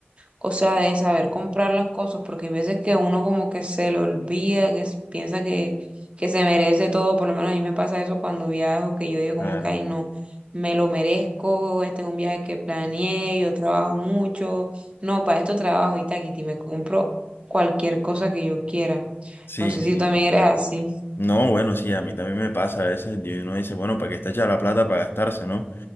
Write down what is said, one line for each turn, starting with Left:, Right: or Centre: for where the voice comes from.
Right: o sea, de saber comprar las cosas, porque hay veces que uno como que se le olvida, que s- piensa que, que se merece todo. Por lo menos a mí me pasa eso cuando viajo, que yo digo como
Left: Claro,
Right: que, ay, no, me lo merezco, este es un viaje que planeé, yo trabajo mucho. No, para esto trabajo y taquiti, me compro cualquier cosa que yo quiera.
Left: sí,
Right: No sé si
Left: sí,
Right: tú también
Left: total.
Right: eres así.
Left: No, bueno, sí, a mí también me pasa a veces, y uno dice, bueno, ¿para qué está hecha la plata para gastarse, no?